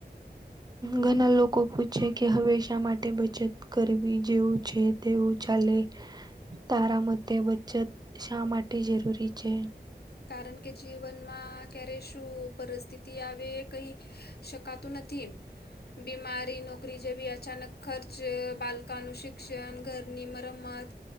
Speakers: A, on the right; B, on the left.
A: ઘણા લોકો પૂછે કે હંમેશા માટે બચત કરવી જેવું છે તેવું ચાલે. તારા મતે બચત શા માટે જરૂરી છે?
B: કારણ કે જીવનમાં ક્યારે શું પરિસ્થિતિ આવે એ કંઈ શકાતું નથી. બીમારી નોકરી જેવી અચાનક ખર્ચ અહ બાલકાનું શિક્ષણ ઘરની મરમત